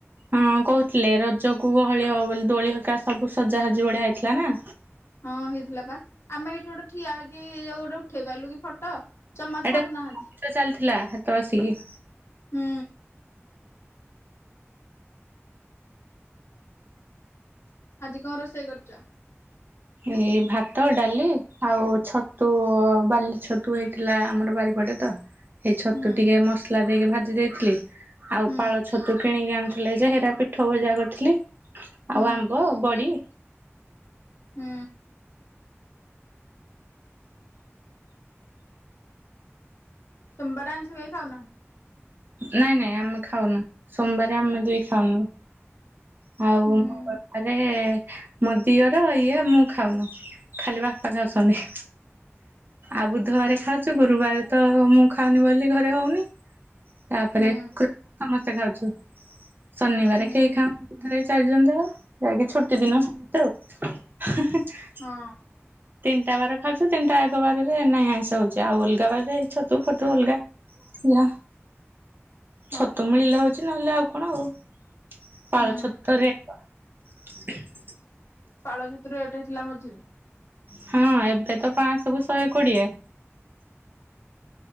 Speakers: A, on the right; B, on the left.
A: ହଁ କହୁଥିଲେ ରଜକୁ ଗହଳି ହବ ବୋଲି ଦୋଳି ହଲକା ସବୁ ସଜାସଜି ବଢିଆ ହେଇଥିଲା ନା।
B: ହଁ ହେଇଥିଲା ବା ଆମେ ଏଇଠି ଗୋଟେ ଠିଆ ହେଇକି ଯୋଉ ଗୋଟେ ଉଠେଇ ପାରିଲୁ କି ଫଟୋ। ଜମା
A: ଏଇଟା
B: ଛାଡ଼ୁନାହାନ୍ତି।
A: ଚାଲିଥିଲା ହେ ତ ଆସିକି।
B: ହୁଁ। ଆଜି କଣ ରୋଷେଇ କରୁଛ?
A: ଏଇ ଭାତ ଡାଲି ଆଉ ଛତୁ ବାଲି ଛତୁ ହେଇଥିଲା ଆମର ବାରିପଟେ। ଏଇ ଛତୁ
B: ହୁଁ
A: ଟିକେ ମସଲା ଦେଇକି ଭାଜି ଦେଇଥିଲି ତ ଆଉ
B: ହୁଁ
A: ପାଳ ଛତୁ କିଣିକି ଆଣିଥିଲେ ଯେ ହେଟା ପିଠଉ ଉଜା କରିଥିଲି।
B: ହୁଁ
A: ଆଉ ଆମ୍ବ ବଡି।
B: ହୁଁ। ସୋମବାର ଆଇଁଷ କେଇ ଖାଉନା?
A: ନାଇଁ ନାଇଁ ଆମେ ଖାଉନୁ ସୋମବାରେ ଆମେ ଦିଇ ଖାଉନୁ। ହଉ
B: ହୁଁ
A: ମଙ୍ଗଳ ଆରେ ମୋ ଦିଅର ଇଏ ମୁଁ ଖାଉନୁ। ଖାଲି ବାପା ଝାଉସନି। ଆଉ ବୁଧବାରେ ଖାଉଛୁ ଗୁରୁବାରେ ତ ମୁଁ ଖାଉନି ବୋଲି ଘରେ ହଉନି। ତାପରେ
B: ହୁଁ
A: ଖୁ ସମସ୍ତେ ଖାଉଛୁ ଶନିବାରେ
B: ହୁଁ
A: କେହି ଖାଅଁ <unintelligible> ଯାଇକି ଛୁଟି ଦିନ
B: ହୁଁ
A: ସମସ୍ତେ ଆଉ।
B: ହଁ।
A: ତିନିଟା ବାର ଖାଉଚୁ ତିନିଟା ଏକ ବାରରେ ନାଇଁ ଆଇଁଷ ହଉଛି ଆଉ ଅଲଗା ବାରରେ ଇ ଛତୁ ଫଟୁ ଅଲଗା। ଯା
B: ହଁ
A: ଛତୁ
B: ମ
A: ମିଳିଲେ ହଉଛି ନହେଲେ ଆଉ କଣ ଆଉ। ପାଳଛତ୍
B: ହୁଁ
A: ଥରେ <unintelligible>
B: ପାଳ ଛତୁଟା ରେଟେ ହେଇଥିଲା ମଝିରେ।
A: ହଁ ଏବେ ତ ପାଞ୍ଚଶବୁ ଶହେ କୋଡ଼ିଏ।